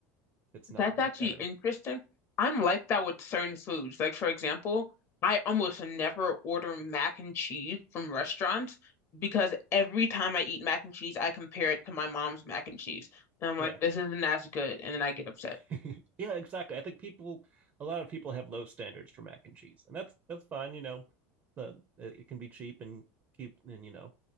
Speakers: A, on the right; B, on the left.
A: if it's not
B: That's
A: like
B: actually
A: I don't know
B: interesting. I'm like that with certain foods. Like, for example, I almost never order mac and cheese from restaurants because every time I eat mac and cheese, I compare it to my mom's mac and cheese. And I'm like,
A: yeah
B: this isn't as good. And then I get upset.
A: <laughs> yeah exactly I think people a lot of people have low standards for mac and cheese and that's that's fine you know the it can be cheap and keep and you know